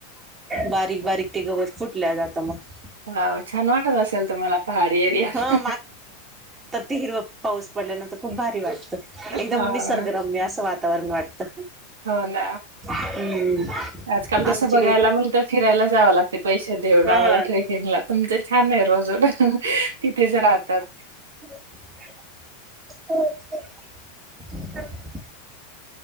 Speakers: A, on the right; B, on the right.
A: बारीक बारीक ते गवत फुटल्या जातं मग
B: वाव! छान वाटत असेल तुम्हाला पहाडी एरियात
A: हा ते हिरव पाऊस पडल्या नंतर खूप भारी वाट एकदम
B: हां,
A: निसर्गरम्य असं वातावरण वाटत
B: हो ना.
A: हम्म
B: आजकाल तसं
A: आमच्याकडे
B: बघायला म्हणलं तर फिरायला जावं लागतय पैसे देऊन
A: हा
B: आम्हाला टेरेकिंगला तुमच छान ये रोज तिथेच राहतात.
A: <inaudible>